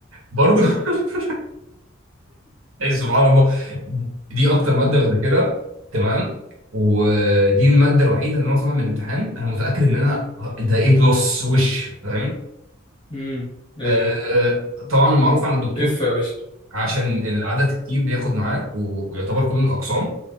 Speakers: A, on the right (about 80°); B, on the left (about 25°).
A: برضو <laughs> إيه سبحان الله دي اكتر ماده بذاكرها تمام ودي الماده الوحيده اللي انا طالع من الامتحان انا متاكد ان انا ده ايه بلس وش فاهم
B: امم <laughs> ايوه
A: آه،
B: ايوه
A: طبعا معروف عن الدكتور
B: اف يا باشا
A: عشان العدد كتير بياخد معاه و- ويعتبر كله الاقسام